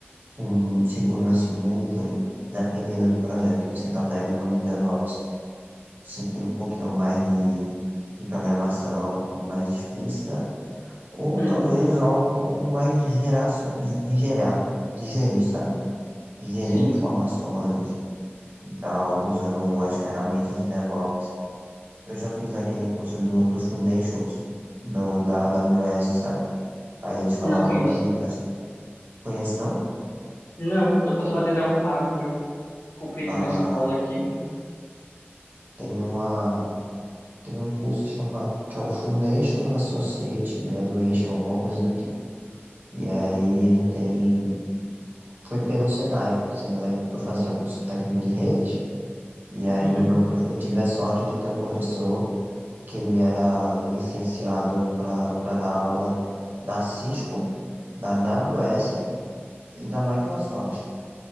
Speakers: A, on the right; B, on the left.
A: com segurança em nuvem. Dependendo do projeto que você está pegando de DevOps, você tem um pouquinho mais de, de programação mais explícita, ou
B: Uhum,
A: talvez algo um pouco mais geracio- de gerar, de gerir, sabe? de gerir
B: sim,
A: informações, e tal, usando as ferramentas de DevOps. Eu já fiz aquele curso do, do Foundations, do, da AWS, sabe? Aí eles falavam
B: não conheço.
A: também, mas conhece não?
B: Não, o que eu tô fazendo é um pago que eu comprei
A: Ah,
B: de uma escola aqui.
A: tem uma, tem um curso chama, que é o Foundations Associate Graduation, alguma coisa do tipo. E aí ele tem, foi pelo Senai, o Senai eu fazia curso técnico de redes, e aí
B: Uhum.
A: o meu, profe- eu tive a sorte de ter um professor que ele era licenciado para para dar aula da Cisco, da AWS e da Microsoft.